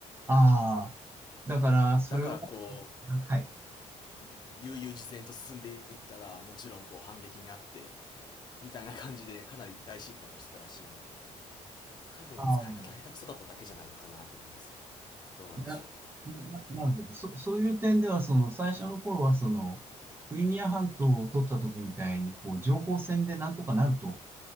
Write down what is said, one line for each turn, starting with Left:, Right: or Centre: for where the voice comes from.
Right: ああ、だから、それは、
Left: だからこ
Right: はい。
Left: う、悠々自然と進んでいったら、もちろんこう反撃にあって、みたいな感じでかなり大失敗をしてたらしいので、多分使い方下手くそだっただけじゃないのかなって思うんですよね。
Right: ああ、
Left: どうなんでしょう。
Right: な、な、なるほど。そ、そういう点では、その、最初の頃は、その、クリミア半島を取った時みたいに、こう、情報戦でなんとかなると